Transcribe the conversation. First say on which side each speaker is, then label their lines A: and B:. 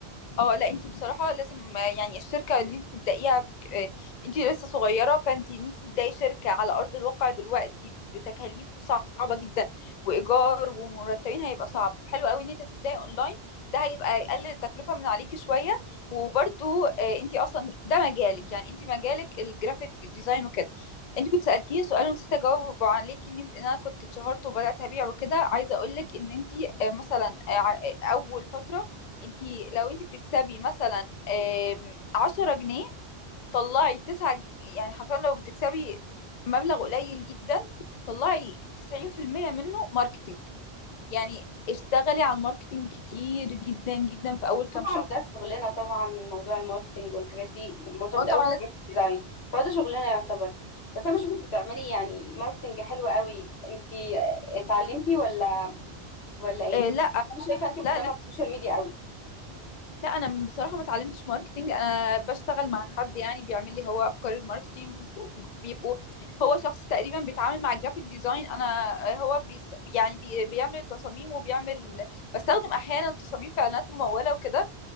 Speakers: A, on the left; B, on the left.
A: اه لا انت بصراحه لازم آه، يعني الشركه ان انت تبدايها في... آه، انت لسه صغيره فانت ان انت تبداي شركه على ارض الواقع دلوقتي بتكاليف صعبه جدا وايجار ومرتبين هيبقى صعب حلو قوي ان انت تبداي اونلاين ده هيبقى يقلل التكلفه من عليكي شويه وبرده انت اصلا ده مجالك يعني انت مجالك الجرافيك ديزاين وكده انت كنت سالتيني سؤال ونسيت اجاوب عليكي ان انت ان انا كنت اتشهرت وبدات ابيع وكده عايزه اقول لك ان انت آه، مثلا آه، ع- آه، اول فتره انتي لو انتي بتكسبي مثلا آم، عشرة جنيه طلعي تسعة ج- يعني حرفيا لو بتكسبي مبلغ قليل جدا طلعي تسعين في المية منه ماركتينج يعني اشتغلي على الماركتينج كتير جدا جدا في أول كام
B: طبعا
A: شهر
B: ده شغلنا طبعا موضوع الماركتينج والحاجات دي مرتبط
A: اه طبعا
B: قوي بالجرافيك
A: لازم
B: ديزاين فهو ده شغلنا يعتبر بس انا بشوفك بتعملي يعني ماركتينج حلو قوي انت اتعلمتي ولا ولا ايه
A: آه لا
B: انا شايفه انت مهتمه
A: لا
B: بالسوشيال ميديا قوي
A: لا انا بصراحه ما اتعلمتش ماركتينج انا بشتغل مع حد يعني بيعمل لي هو افكار الماركتينج بيبقوا هو شخص تقريبا بيتعامل مع الجرافيك ديزاين انا هو بيص... يعني بي... بيعمل التصاميم وبيعمل بستخدم احيانا تصاميم في اعلانات مموله وكده